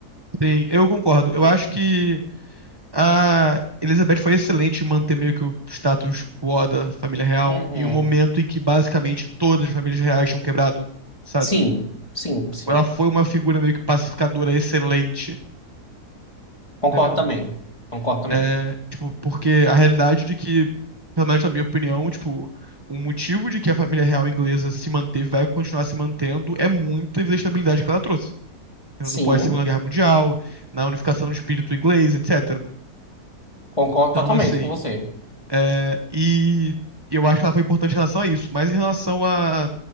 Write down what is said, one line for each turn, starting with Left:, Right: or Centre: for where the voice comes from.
Right: Sim, eu concordo. Eu acho que a Elizabeth foi excelente em manter meio que o status quo da família real
Left: Uhum.
Right: em um momento em que basicamente todas as famílias reais tinham quebrado, sabe?
Left: Sim, sim, sim.
Right: Ela foi uma figura meio que pacificadora excelente,
Left: Concordo
Right: entendeu?
Left: também. Concordo também.
Right: É, tipo, porque a realidade de que, pelo menos na minha opinião, tipo, o motivo de que a família real inglesa se manteve, vai continuar se mantendo, é muita estabilidade que ela trouxe. entendeu?
Left: Sim,
Right: No pós-Segunda Guerra Mundial, na unificação do espírito inglês, etc. né?
Left: concordo
Right: Então,
Left: totalmente
Right: assim,
Left: com você.
Right: é, e eu acho que ela foi importante em relação a isso. Mas em relação a.